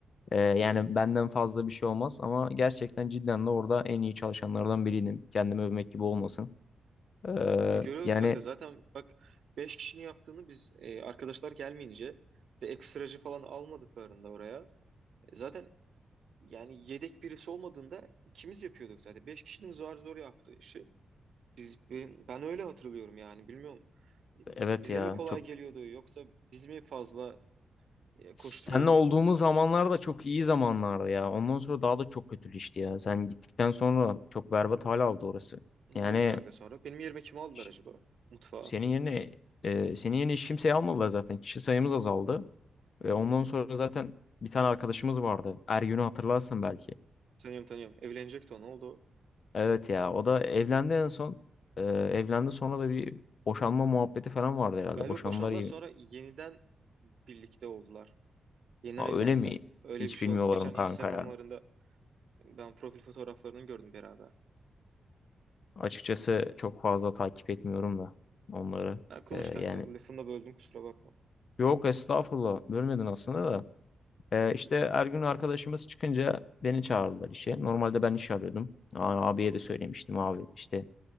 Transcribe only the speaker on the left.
Eee, yani benden fazla bir şey olmaz ama gerçekten cidden de orada en iyi çalışanlardan biriydim. Kendimi övmek gibi olmasın. Eee,
yani
evet
ya
çok
seninle olduğumuz zamanlar da çok iyi zamanlardı ya. Ondan sonra daha da çok kötüleşti ya. Sen gittikten sonra çok berbat hal aldı orası.
Yani
ş-
senin yerine eee senin yerine hiç kimseyi almadılar zaten. Kişi sayımız azaldı. Ve ondan sonra zaten bir tane arkadaşımız vardı. Ergün'ü hatırlarsın belki.
Evet ya o da evlendi en son. Ee, evlendi sonra da bir boşanma muhabbeti falan vardı herhalde.
Boşandılar
iyi
mi?
Ha,
öyle mi?
Hiç
bilmiyorum
kanka
ya.
Açıkçası çok fazla takip etmiyorum da onları.
Ee,
yani
yok estağfurullah bölmedin aslında da. Ee, işte Ergün arkadaşımız çıkınca beni çağırdılar işe. Normalde ben iş arıyordum. Aa, abiye de söylemiştim abi işte